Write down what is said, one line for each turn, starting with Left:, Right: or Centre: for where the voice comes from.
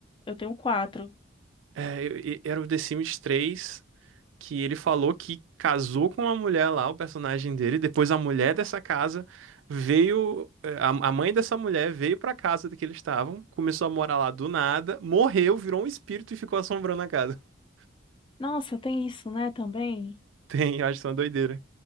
Left: Eu tenho quatro.
Right: É, eu- e- era o The Sims 3 que ele falou que casou com uma mulher lá, o personagem dele. Depois a mulher dessa casa veio, é, a, a mãe dessa mulher veio pra casa que eles estavam, começou a morar lá do nada, morreu, virou um espírito e ficou assombrando a casa. <laughs>
Left: Nossa, tem isso, né, também?
Right: Tem, eu acho que é uma doideira.